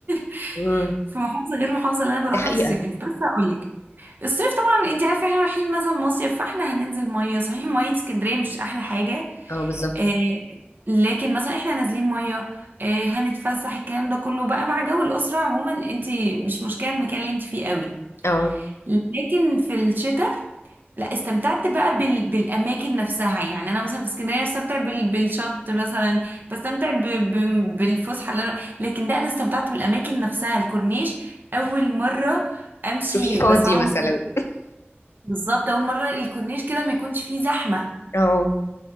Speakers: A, on the right; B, on the left.
A: <laughs>
B: امم
A: في محافظة غير المحافظة اللي أنا
B: دي
A: بروحها
B: حقيقة
A: في الصيف بس أقولك الصيف طبعا انت عارفه احنا رايحين مثلا مصيف فاحنا هننزل ميه صحيح ميه اسكندريه مش احلى حاجه
B: اه بالظبط
A: آه لكن مثلا احنا نازلين ميه آه هنتفسح الكلام ده كله بقى مع جو الاسره عموما انت مش مشكله المكان اللي انت فيه قوي
B: اه
A: لكن في الشتاء لا استمتعت بقى بال... بالاماكن نفسها يعني انا مثلا في اسكندريه بستمتع بال... بالشط مثلا بستمتع ب... ب... بالفسحه اللي انا لكن ده انا استمتعت بالاماكن نفسها الكورنيش اول مره امشي
B: شوفي فاضي
A: بس عمري
B: مثلا
A: بالظبط اول مره الكورنيش كده ما يكونش فيه زحمه
B: اه